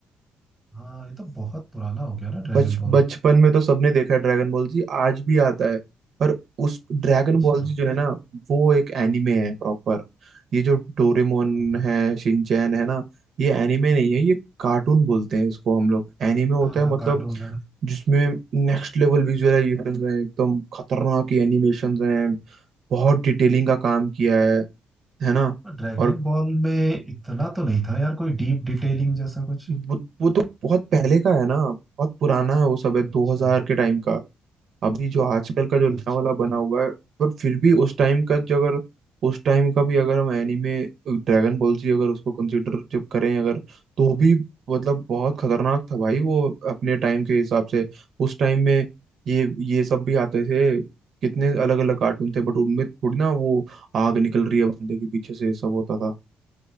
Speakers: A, in the centre; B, on the right.
A: हाँ ये तो बहुत पुराना हो गया ना ड्रैगन
B: बच
A: बॉल
B: बचपन में तो सबने देखा है ड्रैगन बॉल जी आज भी आता है पर उस ड्रैगन
A: अच्छा
B: बॉल जी जो है ना वो एक एनिमे है प्रॉपर ये जो डोरेमोन
A: हाँ
B: है शिनचैन है ना ये एनिमे नहीं है ये कार्टून बोलते हैं इसको हम लोग एनिमे होता
A: हाँ
B: है
A: हाँ
B: मतलब
A: कार्टून है
B: जिसमें नेक्स्ट लेवल विजुअलाइजेशन है एकदम खतरनाक एनिमेशन हैं बहुत डिटेलिंग का काम किया है है ना
A: ड्रैगन
B: और
A: बॉल में इतना तो नहीं था यार कोई डीप डिटेलिंग जैसा कुछ
B: वो, वो तो बहुत पहले का है ना बहुत पुराना है वो सब है 2000
A: अच्छा
B: के टाइम का अभी जो आजकल का जो नया
A: अच्छा
B: वाला बना हुआ है पर फिर भी उस टाइम का जो अगर उस टाइम का भी अगर हम एनीमे ड्रैगन बॉल जी अगर उसको कंसीडर जब करें अगर तो भी मतलब बहुत खतरनाक था भाई वो अपने टाइम के हिसाब से उस टाइम में ये ये सब भी आते थे कितने अलग अलग कार्टून थे बट उनमें थोड़ी ना वो आग निकल रही है बंदे के पीछे से ये सब होता था